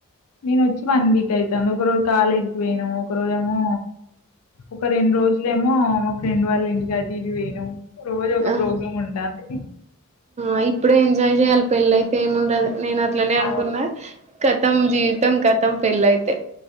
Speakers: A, on the left; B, on the right.
A: నేను వచ్చి వన్ వీక్ అయితాంది. ఒక రోజు కాలేజ్కి పోయనా ఒక రోజు ఏమో ఒక రెండు రోజులేమో మా ఫ్రెండ్ వాళ్ళ ఇంటికాటిక్ తీరవొయ్నం రోజు ఒక
B: ఆ
A: ప్రోగ్రామ్ ఉంటాంది
B: ఆ ఇప్పుడే ఎంజాయ్ చెయ్యాలి. పెళ్ళి అయితే ఏముండదు, నేను అట్లనే అనుకున్నా.
A: అవును
B: కతం జీవితం కతం పెళ్ళయితే